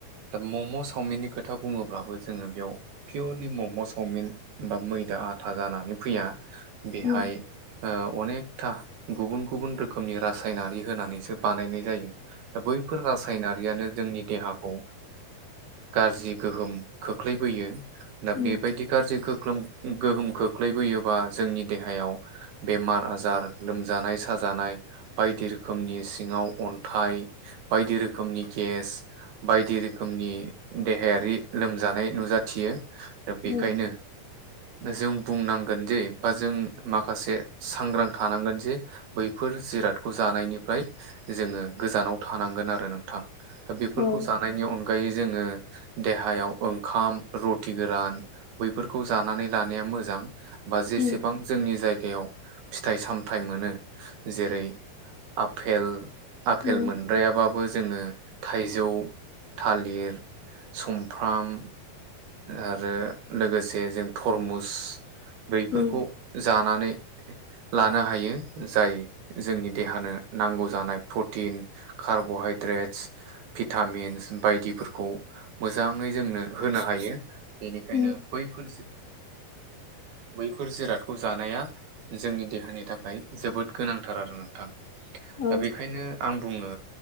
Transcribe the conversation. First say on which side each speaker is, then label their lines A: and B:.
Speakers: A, on the right (about 85°); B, on the left (about 55°).
A: दा मम चावमिननि खोथा बुङोब्लाबो जोङो बेयाव पियरलि मम चावमिन बा मैदा आथा जानानै फैया बेहाय
B: उम
A: अनेकथा गुबुन गुबुन रोखोमनि रासायनारि होनानैसो बानायनाय जायो दा बैफोर रासायनारियानो जोंनि देहाखौ गाज्रि गोहोम खोख्लैबोयो
B: उम
A: दा बेबायदि गाज्रि गोहोम खोख्लैबोयोबा जोंनि देहायाव बेमार आजार लोमजानाय साजानाय बायदि रोखोमनि सिङाव अन्थाइ बायदि रोखोमनि गेस बायदि रोखोमनि देहायारि लोमजानाय नुजाथियो दा बेखायनो
B: औ
A: जों बुंनांगोन जे बा जों माखासे सांग्रां थानांगोन जे बैफोर जिरादखौ जानायनिफ्राय जोङो गोजानाव थानांगोन आरो नोंथां दा बेफोरखौ
B: औ
A: जानायनि अनगायै जोङो देहायाव ओंखाम रु थि गोरान बैफोरखौ जानानै लानाया मोजां बा जेसेबां
B: उम
A: जोंनि जायगायाव फिथाइ सामथाय मोनो जेरै आफेल आफेल
B: उम
A: मोन द्रायाबाबो जोङो थाइजौ थालिर सुमफ्राम आरो लोगोसे जों थरमुस बैफोरखौ
B: उम
A: जानानै लानो हायो जाय जोंनि देहानो नांगौ जानाय प्रटिन कार्बहाइद्रेटस भिटामिन्स बायदिफोरखौ मोजाङै जोंनो होनो हायो बेनिखायनो
B: उम
A: बैफोर बैफोर जिरादखौ जानाया जोंनि देहानि थाखाय जोबोद गोनांथार आरो नोंथां
B: औ उम
A: दा बेखायनो आं बुङो